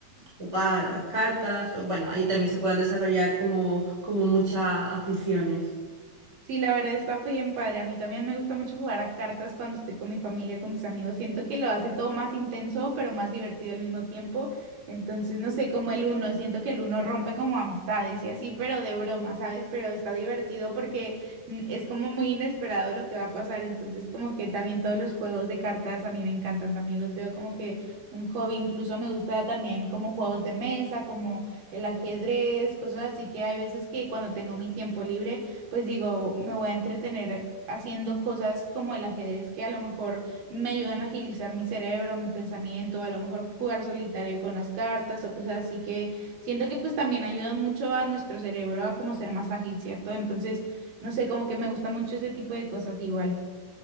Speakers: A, on the right; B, on the right.
A: jugar a las cartas. O, bueno, ahí también se pueden desarrollar como, como muchas aficiones.
B: Sí, la verdad está bien padre. A mí también me gusta mucho jugar a cartas cuando estoy con mi familia, con mis amigos. Siento que lo hace todo más intenso, pero más divertido al mismo tiempo. Entonces, no sé, como el uno, siento que el uno rompe como amistades y así, pero de broma, ¿sabes? Pero está divertido porque mm, es como muy inesperado lo que va a pasar. Entonces, como que también todos los juegos de cartas a mí me encantan. También los veo como que un hobby. Incluso me gusta también como juegos de mesa, como el ajedrez, cosas así que hay veces que cuando tengo mi tiempo libre pues digo, me voy a entretener haciendo cosas como el ajedrez que a lo mejor me ayudan a agilizar mi cerebro, mi pensamiento, a lo mejor jugar solitario con las cartas o cosas así que siento que pues también ayudan mucho a nuestro cerebro a como ser más ágil, ¿cierto? Entonces, no sé, como que me gusta mucho ese tipo de cosas igual.